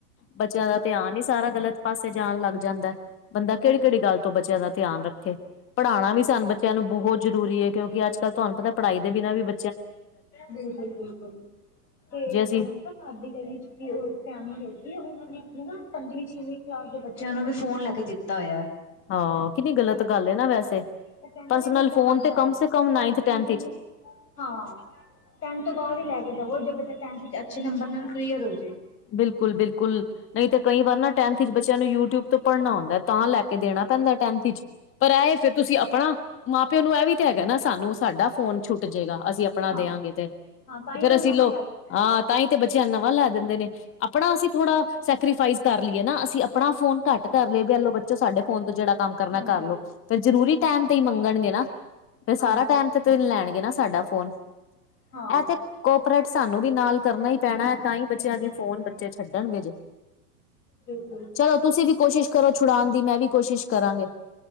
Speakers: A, on the left; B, on the left.
A: ਬੱਚਿਆਂ ਦਾ ਧਿਆਨ ਈ ਸਾਰਾ ਗਲਤ ਪਾਸੇ ਜਾਣ ਲੱਗ ਜਾਂਦਾ। ਬੰਦਾ ਕਿਹੜੀ-ਕਿਹੜੀ
B: ਹਮ
A: ਗੱਲ ਤੋਂ ਬੱਚਿਆਂ ਦਾ ਧਿਆਨ ਰੱਖ ਖੇ ਪੜਾਣਾ ਵੀ ਸਨ ਬੱਚਿਆਂ ਨੂੰ ਬਹੁਤ ਜ਼ਰੂਰੀ ਏ, ਕਿਉਂਕਿ ਅੱਜ ਕੱਲ੍ਹ ਤੁਆਨੂੰ ਪਤਾ ਪੜ੍ਹਾਈ ਦੇ ਬਿਨਾਂ ਵੀ ਬ
B: ਬਿਲਕੁਲ-ਬਿਲਕੁਲ ਤੇ <unintelligible>
A: ਜੇ ਅਸੀਂ
B: ਸਾਡੀ ਗਲੀ 'ਚ ਵੀ ਉਹ ਫੈਮਿਲੀ ਹੈਗੀ ਏ, ਉਹਨਾਂ ਨੇ ਆਪਣੇ ਨਾ ਪੰਜਵੀਂ-ਛੇਵੀਂ ਕਲਾਸ ਦੇ ਬੱਚਿਆਂ ਨੂੰ ਵੀ ਫੋਨ ਲੈ ਕੇ ਦਿੱ <unintelligible>
A: ਹਾਂ, ਕਿਨੀ ਗਲਤ ਗੱਲ ਏ ਨਾ ਵੈਸੇ
B: ਉਹ ਕਹਿੰਦੇ
A: ਪਰਸਨਲ
B: ਨੇ ਬੱਚਾ
A: ਫੋਨ
B: ਪੜ੍ਹਦਾ
A: ਤੇ ਕਮ
B: ਹੈ
A: ਸੇ ਕਮ ਨਾਈੰਨਥ-ਟੈਥੰ
B: ਪਰਸਨਲੀ
A: ਇਚ।
B: ਹਾਂ, ਟੈਂਥ ਤੋਂ ਬਾਅਦ ਹੀ ਲੈ ਕੇ ਦਵੋ ਜੇ ਬੱਚਾ ਟੈਂਥ 'ਚ ਅੱਛੇ ਨੰਬਰ ਨਾਲ ਕਲੀਅਰ ਹੋ ਜੇ।
A: ਬਿਲਕੁਲ-ਬਿਲਕੁਲ। ਨਹੀਂ ਤੇ ਕਈ ਵਾਰ ਨਾ ਟੈਂਥ ਵਿਚ ਬੱਚਿਆਂ ਨੂੰ ਯੂਟਿਊਬ ਤੋਂ ਪੜ੍ਹਨਾ ਹੁੰਦਾ ਤਾਂ ਲੈ ਕੇ ਦੇਣਾ ਪੈਂਦਾ ਟੈਂਥ 'ਚ। ਪਰ ਐ ਫੇਰ ਤੁਸੀਂ ਆਪਣਾ, ਮਾਂ ਪਿਓ ਨੂੰ ਐ ਵੀ ਤੇ ਹੈਗਾ ਨਾ ਸਾਨੂੰ ਸਾਡਾ ਫੋਨ ਛੁੱਟ ਜੇਗਾ ਅਸੀਂ ਆਪਣਾ
B: ਹਾਂ
A: ਦਿਆਂਗੇ ਤੇ। ਤੇ
B: ਹਾਂ ਤਾਂ ਹੀ
A: ਫੇਰ
B: ਉਹ
A: ਅਸੀਂ
B: ਨਵਾਂ
A: ਲੋਗ
B: ਲੈ ਸਕਦੇ
A: ਆ
B: ਨੇ
A: ਤਾਂ ਹੀ ਤੇ ਬੱਚਿਆਂ ਨੁ ਨਵਾਂ ਲੈ ਦਿੰਦੇ ਨੇ। ਆਪਣਾ ਅਸੀਂ ਥੋੜਾ, ਸੈਕਰੀਫਾਈਸ ਕਰ ਲਈਏ ਨਾ ਅਸੀਂ ਅਪ ਆਪਣਾ ਫੋਨ ਘੱਟ ਧਰ ਲੇ, ਵੀ ਐਲੋ ਬੱਚੋ ਸਾਡੇ ਫੋਨ ਤੋਂ ਜਿਹੜਾ ਕੰਮ ਕਰਨਾ
B: ਹਾਂਜੀ
A: ਕਰਲ ਲੋ। ਫਿਰ ਜਰੂਰੀ ਟੈਮ ਤੇ ਹੀ ਮੰਗਣਗੇ ਨਾ, ਫਿਰ ਸਾਰਾ
B: ਹਾਂਜੀ
A: ਟਾਈਮ ਤੇ ਤੇ ਨਿ ਲੈਣਗੇ ਨਾ ਸਾਡਾ ਫੋਨ।
B: ਹਾਂ
A: ਐ ਤੇ ਕੋਪਰੇਟ ਸਾਨੂੰ ਵੀ ਨਾਲ ਕਰਨਾ ਈ ਪੈਣਾ। ਤਾਂਈ ਬੱਚਿਆਂ
B: ਬਿਲਕੁਲ
A: ਦੀ ਫੋਨ,
B: ਬਿਲਕੁਲ
A: ਬੱਚੇ ਛੱਡਣਗੇ ਜੇ।
B: ਬਿਲਕੁਲ
A: ਚਲੋ, ਤੁਸੀਂ ਵੀ ਕੋਸ਼ਿਸ਼ ਕਰੋ ਛੁਣਾਨ ਦੀ, ਮੈਂ ਵੀ ਕੋਸ਼ਿਸ਼ ਕਰਾਂਗੇ।